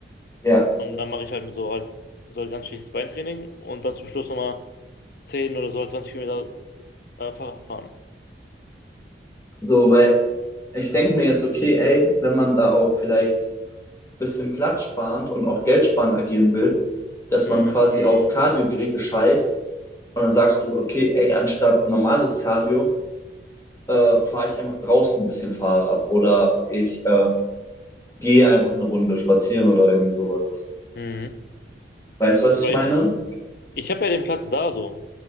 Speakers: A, on the left; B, on the left.
A: Ja,
B: Und dann mache ich halt so halt so ein ganz schlechtes Beintraining und dann zum Schluss nochmal 10 oder so 20 Kilometer äh, Fahrrad fahren.
A: so, weil ich denke mir jetzt, okay, ey, wenn man da auch vielleicht ein bisschen Platz sparend und auch geldsparend agieren will, dass
B: Mhm.
A: man quasi auf Cardio-Geräte scheißt und dann sagst du, okay, ey, anstatt normales Cardio, äh, fahre ich einfach draußen ein bisschen Fahrrad oder ich äh, gehe einfach eine Runde spazieren oder irgendwie sowas.
B: Mhm.
A: Weißt du, was
B: Weil
A: ich meine?
B: ich habe ja den Platz da so.